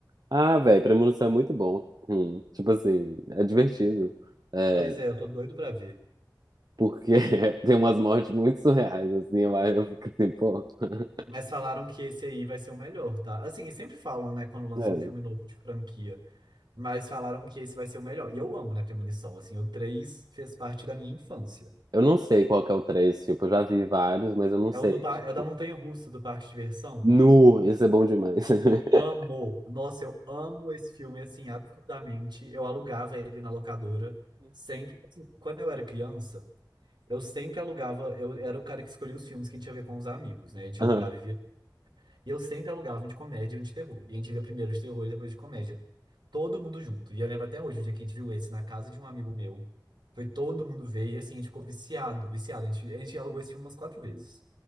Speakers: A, on the right; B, on the right.
A: Ah, velho, Premonição é muito bom. Hum, tipo assim, é divertido. É,
B: Pois é, eu tô doido pra ver.
A: Porque <laughs> tem umas mortes muito surreais, assim, eu, eu fico assim, pô. <laughs>
B: Mas falaram que esse aí vai ser o melhor, tá? Assim, eles sempre falam, né, quando lançam
A: É.
B: um filme novo de franquia. Mas falaram que esse vai ser o melhor. E eu amo, né, Premonição. Assim, o 3 fez parte da minha infância.
A: Eu não sei qual que é o 3 tipo, eu já vi vários, mas eu não sei.
B: É o, do, par-
A: Tipo,
B: é o da Montanha-Russa, do Parque de Diversão.
A: nu, esse é bom demais. <laughs>
B: Amo. Nossa, eu amo esse filme, assim, absurdamente. Eu alugava ele na locadora sempre. Assim, quando eu era criança, eu sempre alugava. Eu era o cara que escolhia os filmes que a gente ia ver com os amigos, né? A gente
A: Ah,
B: alugava e via. E eu sempre alugava um de comédia e um de terror. E a gente via primeiro de terror e depois de comédia. Todo mundo junto. E eu lembro até hoje, o dia que a gente viu esse na casa de um amigo meu. Foi todo mundo ver e, assim, a gente ficou viciado, viciado. A gente, a gente alugou esse filme umas quatro vezes.